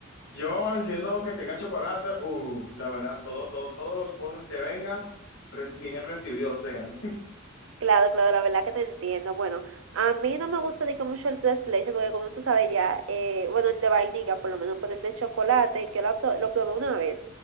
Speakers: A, on the left (about 90°); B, on the right (about 75°).
A: yo, siendo que tenga chocolate, uh, la verdad, todo, todo, todos los postres que vengan, res- bien recibidos sean.
B: Claro, claro, la verdad que te entiendo. Bueno, a mí no me gusta digo, mucho el tres leches porque como tú sabes ya, eh, bueno, el de vainilla por lo menos, pero el de chocolate, yo lo, apro- lo probé una vez